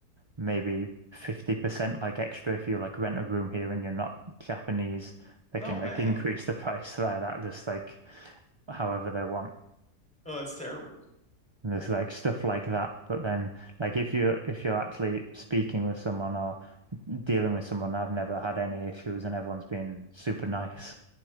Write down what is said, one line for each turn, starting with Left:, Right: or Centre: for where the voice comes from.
Right: maybe 50% like extra if you like rent a room here and you're not Japanese, they
Centre: Oh,
Right: can
Centre: man.
Right: like increase the <laughs> price like that, just like however they want.
Centre: Oh, that's terrible.
Right: And there's like stuff like that. But then like if you're if you're actually speaking with someone or dealing with someone, I've never had any issues and everyone's been super nice.